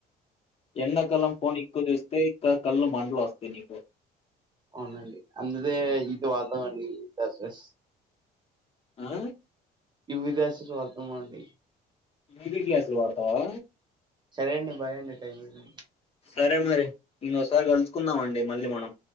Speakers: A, on the left; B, on the right.
A: ఎండ కాలం ఫోన్ ఎక్కువ చూస్తే కళ్ళు మాండలు వస్తాయి నీకు
B: అవునండి అందుదే ఇది వాళ్దం అని ఎసేస్
A: ఆ
B: యువి దస్ జోలుతమండి
A: బి బి గ్లాసులు వాడుతావా
B: సరే అండి బాయ్ అండి టైం అయిపోయిన్
A: సరే మరి ఇంకోసారి కలుసుకుందామండి మళ్లీ మనం.